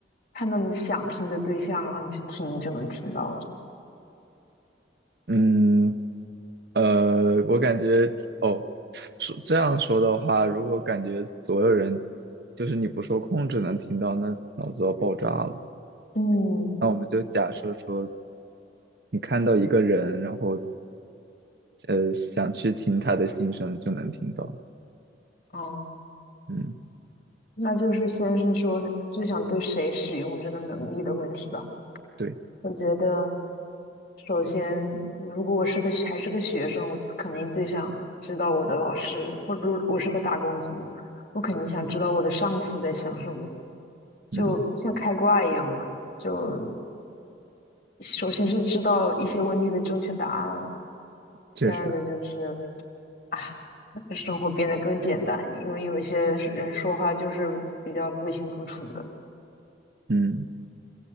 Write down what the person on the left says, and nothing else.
看到你想听的对象，然后你去听就能听到？
嗯，
哦。
那就是先是说最想对谁使用这个能力的问题吧。
我觉得，首先，如果我是个还是个学生，我肯定最想知道我的老师，或者说我是个打工族，我肯定想知道我的上司在想什么，就像开挂一样嘛。
就首先是知道一些问题的正确答案了，
第二个就是啊，生活变得更简单，因为有一些人说话就是比较不清不楚的。